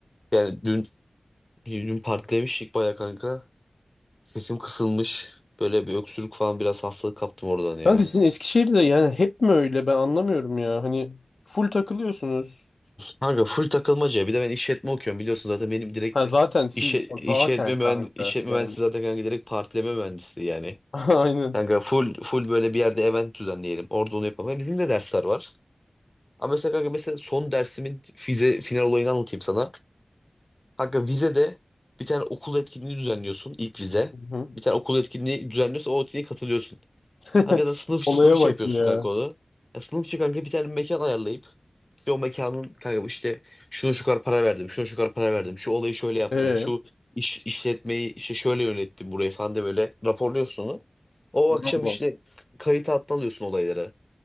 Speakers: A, on the left (about 35°); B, on the left (about 85°).
A: yani dün dün partilemiştik baya kanka. Sesim kısılmış. Böyle bir öksürük falan biraz hastalık kaptım oradan ya.
B: Kanka sizin Eskişehir'de yani hep mi öyle ben anlamıyorum ya. Hani full takılıyorsunuz.
A: Kanka full takılmaca. Bir de ben işletme okuyorum biliyorsun zaten benim direkt
B: Ha zaten siz
A: işe, işletme
B: zaten kanka
A: mühendisi, işletme
B: yani.
A: mühendisi zaten kanka direkt partileme mühendisi yani.
B: <laughs> Aynen.
A: Kanka full full böyle bir yerde event düzenleyelim. Orada onu yapalım. Bizim de dersler var. Ama mesela kanka mesela son dersimin vize final olayını anlatayım sana. Kanka vizede bir tane okul etkinliği düzenliyorsun ilk vize.
B: Hı hı.
A: Bir tane okul etkinliği düzenliyorsun o etkinliğe katılıyorsun.
B: <laughs>
A: Kanka sen sınıf, sınıf
B: Olaya
A: işi
B: bak
A: yapıyorsun
B: ya.
A: kanka onu. Ya sınıf işi kanka bir tane mekan ayarlayıp işte o mekanın kanka bu işte şuna şu kadar para verdim, şuna şu kadar para verdim, şu olayı şöyle yaptım,
B: Ee,
A: şu iş işletmeyi işte şöyle yönettim burayı falan diye böyle raporluyorsun onu. O
B: İnanma.
A: akşam işte kayıt altına alıyorsun olayları.